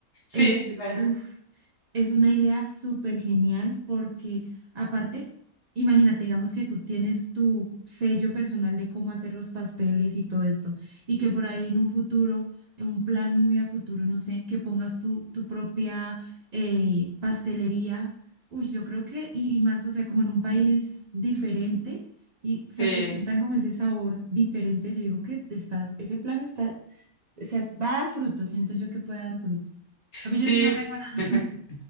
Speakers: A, on the left; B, on the right.
A: sí,
B: Es,
A: ajá,
B: uf, es una idea súper genial porque aparte, imagínate, digamos que tú tienes tu sello personal de cómo hacer los pasteles y todo esto, y que
A: ujú,
B: por ahí en un futuro, en un plan muy a futuro, no sé, que pongas tu, tu propia eh, pastelería. Uy, yo creo que, y, y más, o sea, como en un país diferente, y o sea,
A: Sí,
B: que sientan como ese sabor diferente, yo digo que te estás, ese plan está o sea, va a dar frutos, siento yo que puede dar frutos. Ah, pues
A: sí.
B: yo sí no tengo nada.
A: <laughs>